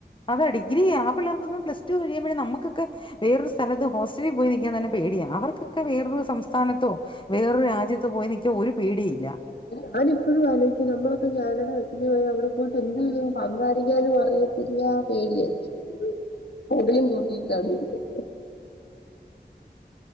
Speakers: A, on the left; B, on the left.
A: അതാ ഡിഗ്രി ആ പിള്ളർക്കൊന്നും പ്ല്സ് ടു കഴിയുമ്പോഴേ നമുക്ക് വേറൊരു സ്ഥലത്ത് ഹോസ്റ്റലിൽ പോയി നൽക്കാൻ തന്നെ പേടിയ അവർക്കൊക്കെ വേറൊരു സംസ്ഥാനത്തോ വേറൊരു രാജത്ത് പോയി നിക്ക ഒരു പേടി ഇല്ല.
B: ഞാനിഎപ്പോഴും ആലോചിക്കും നമ്മളൊക്കെ കാനഡ ഒറ്റക്ക് പോയി അവിടെ പോയിട്ട് എന്തയ്യും സംസാരിക്കാനും അറയ ത്തില്ല പേടിയാച്ച് പൊടിയും കൂട്ടിയിട്ടവിടെഇരിക്കും